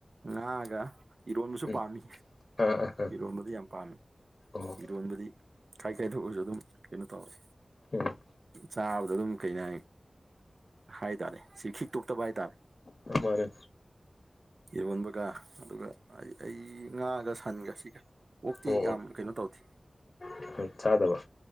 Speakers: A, on the right; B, on the left.
A: ꯉꯥꯒ ꯏꯔꯣꯟꯕꯁꯨ
B: ꯎꯝ
A: ꯄꯥꯝꯃꯤ
B: ꯑꯥ ꯑꯥ ꯑꯥ
A: ꯏꯔꯣꯟꯕꯗꯤ ꯌꯥꯝ ꯄꯥꯝꯃꯤ
B: ꯑꯣ
A: ꯏꯔꯣꯟꯕꯗꯤ ꯈꯥꯏ ꯈꯥꯏ ꯊꯛꯑꫭꯖꯨ ꯑꯗꯨꯝ ꯀꯩꯅꯣ ꯇꯧꯔꯦ
B: ꯎꯝ
A: ꯆꯥꯕꯗ ꯑꯗꯨꯝ ꯀꯩꯅꯦ ꯍꯥꯏꯇꯥꯔꯦ ꯁꯤ ꯈꯤꯛ ꯇꯣꯛꯇꯕ ꯍꯥꯏꯇꯥꯔꯦ
B: ꯎꯝ ꯃꯥꯅꯦ
A: ꯏꯔꯣꯟꯕꯒ ꯑꯗꯨꯒ ꯑꯩ ꯉꯥꯒ ꯁꯟꯒ ꯁꯤꯒ ꯑꯣꯛꯇꯤ
B: ꯑꯣ
A: ꯌꯥꯝ ꯀꯩꯅꯣ ꯇꯧꯗꯦ
B: ꯑꯣ ꯆꯥꯗꯕ